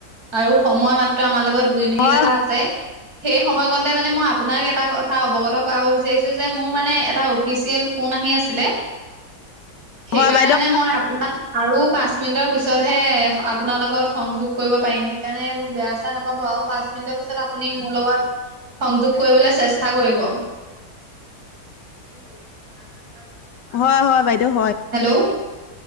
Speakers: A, on the right; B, on the left.
A: আৰু সময় মাত্ৰ আমাৰ লগত দুই মিনিট
B: হয়
A: এটা আছে। সেই সময়কতে মানে মই আপোনাক এটা কথা অৱগত কৰাব বিচাৰিছো যে মোৰ মানে এটা ফিচিএল ফোন আহি আছিলে সেইকাৰণে
B: হয় বাইদেউ
A: মানে মই আপোনাক আৰু পাঁচ মিনিটৰ পিছতহে আপোনাৰ লগত সংযোগ কৰিব পাৰিম সেইকাৰণে মোক বেয়া- চেয়া নাপাব আৰু। পাঁচ মিনিটৰ পিছত আপুনি মোৰ লগত সংযোগ কৰিবলৈ চেষ্টা কৰিব। <unintelligible>
B: হয়, হয় বাইদেউ হয়।
A: হেল্ল'।